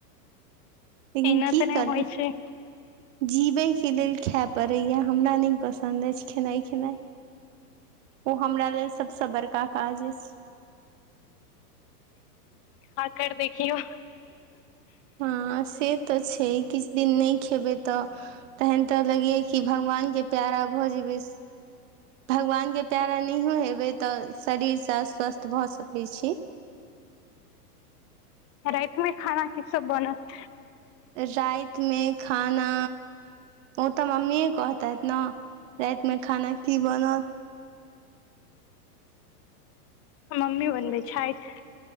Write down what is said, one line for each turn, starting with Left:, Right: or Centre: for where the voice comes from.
Right: लेकिन
Left: एना
Right: की
Left: तऽ नहि
Right: करब
Left: होइ छै
Right: जीबै के लेल खाय पड़ैया हमरा नहि पसन्द अछि खेनाइ खेनाइ ओ हमरा लेल सबस बड़का काज अछि
Left: आ केर देखियौ
Right: हँ से तऽ छै किछ दिन नहि खेबै तऽ तहन तऽ लगैय कि भगवान भगवान के प्यारा भ जेबय भगवान के प्यारा नहियो हेबै तऽ शरीर अ स्वस्थ भऽ सकै छी
Left: राइत मे खाना की सब बनत
Right: राइत मे खाना ओ तऽ मम्मीये कहतैत न राइत मे खाना की बनत
Left: मम्मी बनबै छैथ